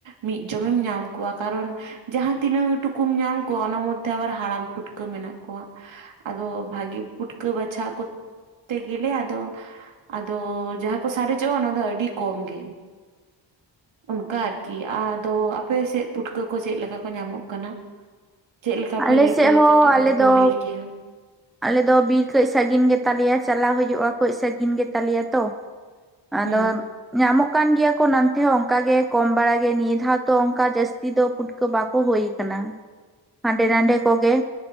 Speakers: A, on the right; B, in the centre.
A: ᱢᱤᱫ ᱡᱚᱢᱮᱢ ᱧᱟᱢ ᱠᱚᱣᱟ ᱠᱟᱨᱚᱱ ᱡᱟᱦᱟᱸ ᱛᱤᱱᱟᱹᱜ ᱴᱩᱠᱩᱢ ᱧᱟᱢ ᱠᱚᱣᱟ ᱚᱱᱟ ᱢᱚᱫᱽᱫᱷᱮ ᱟᱵᱟᱨ ᱦᱟᱲᱟᱢ ᱯᱷᱩᱴᱠᱟᱹ ᱢᱮᱱᱟᱜ ᱠᱚᱣᱟ᱾ ᱟᱫᱚ ᱵᱷᱟᱹᱜᱤ ᱯᱩᱴᱠᱟᱹ ᱵᱟᱪᱷᱟ ᱠᱳ ᱛᱮᱜᱮᱞᱮ ᱟᱫᱚ ᱟᱫᱚ ᱡᱟᱦᱟᱸ ᱠᱚ ᱥᱟᱨᱮᱡᱚᱜᱼᱟ, ᱚᱱᱟ ᱫᱚ ᱟᱹᱰᱤ ᱠᱚᱢ ᱜᱮ
B: <unintelligible>
A: ᱚᱱᱠᱟ ᱟᱨᱠᱤ ᱟᱫᱳ ᱟᱯᱮ ᱥᱮᱫ ᱯᱩᱴᱠᱟᱹ ᱠᱚ ᱪᱮᱫ ᱞᱮᱠᱟ ᱠᱳ ᱧᱟᱢᱚᱜ ᱠᱟᱱᱟ᱾ ᱪᱮᱫ ᱞᱮᱠᱟᱯᱮ
B: ᱟᱞᱮ
A: ᱞᱮᱴᱚᱭᱟ
B: ᱥᱮᱫ ᱦᱚᱸ
A: ᱠᱟᱹᱴᱤᱡ
B: ᱟᱞᱮ
A: ᱡᱩᱫᱤᱵᱤᱱ
B: ᱫᱚ
A: ᱞᱟ. ᱭ ᱠᱮᱭᱟ?
B: ᱟᱞᱮ ᱫᱚ ᱵᱤᱨ ᱠᱟᱹᱡ ᱥᱟᱹᱜᱤᱧ ᱜᱮ ᱛᱟᱞᱮᱭᱟ ᱪᱟᱞᱟᱣ ᱦᱩᱭᱩᱜᱼᱟ, ᱠᱟᱹᱡ ᱥᱟᱹᱜᱤᱧ ᱜᱮ ᱛᱟᱞᱮᱭᱟ ᱛᱳ᱾ ᱟᱫᱚ
A: ᱦᱩᱸ
B: ᱧᱟᱢᱚᱜ ᱠᱟᱱ ᱜᱮᱭᱟ ᱠᱚ ᱱᱚᱱᱛᱮ ᱦᱚᱸ ᱚᱱᱠᱟ ᱜᱮ᱾ ᱠᱚᱢ ᱵᱟᱲᱟᱜᱮ ᱱᱤᱭᱟᱹ ᱫᱷᱟᱣ ᱛᱚ ᱚᱱᱠᱟ ᱡᱟᱹᱥᱛᱤ ᱫᱚ ᱯᱩᱴᱠᱟᱹ ᱵᱟᱠᱚ ᱦᱳᱭ ᱟᱠᱟᱱᱟ᱾ ᱦᱟᱸᱰᱮ ᱱᱟᱰᱮ ᱠᱚᱜᱮ